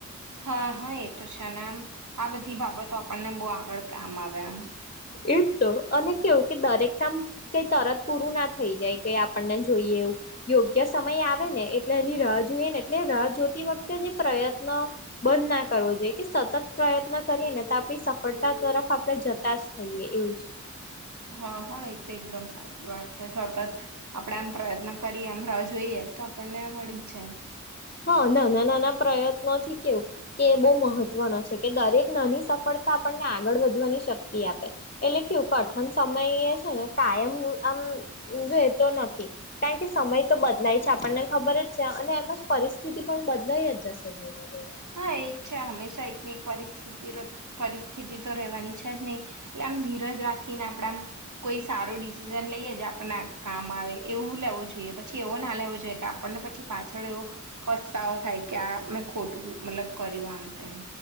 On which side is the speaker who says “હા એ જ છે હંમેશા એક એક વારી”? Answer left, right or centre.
Right